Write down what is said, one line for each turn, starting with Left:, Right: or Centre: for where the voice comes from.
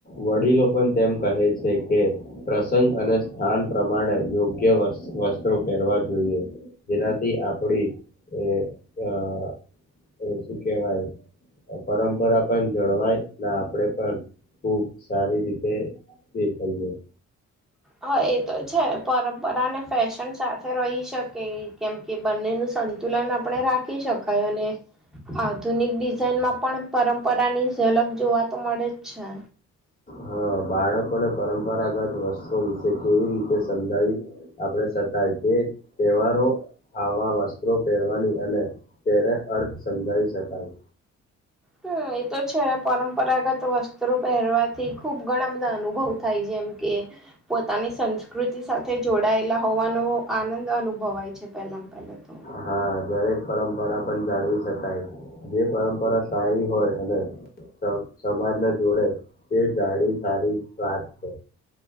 Left: વડીલો પણ તેમ કહે છે કે પ્રસંગ અને સ્થાન પ્રમાણે યોગ્ય વસ્ત્રો પહેરવા જોઈએ. જેનાથી આપડી એ આ એ શું કેવાય પરંપરા પણ જળવાય ના આપણે પણ ખુબ સારી રીતે દેખાયએ.
Centre: હા એ તો છે પરંપરાને ફેશન સાથે રહી શકે કેમ કે બંનેનું સંતુલન આપ આપણે રાખી શકાય અને આધુનિક ડિઝઇનમાં પણ પર પરાની અલગ જોવાતો મળે જ છે.
Left: હા બાળકોને પરંપરાગત વસ્ત્રુ વિશે કેવી રીતે સમજાવી આપણે શકાય તે તહેવારો આવા વસ્ત્રો પહેરવાની અને તેને અર્થ સમજાવી શકાય.
Centre: હમ્મ એતો છે પરંપરાગત વસ્ત્રો પહેરવાથી ખુબ ઘણા બધા અનુભવ થાય જેમ કે પોતાના ની સંસ્કૃતિ સાથે જોડાયેલા હોવાનો આનંદ અનુભવાય છે પહેલામાં પહેલા તો
Left: હા દરેક પરંપરા પણ જાળવી શકાય જે પરંપરા સારી હોય અને સમાજને જોડે તે જાળ સારી વાત છે.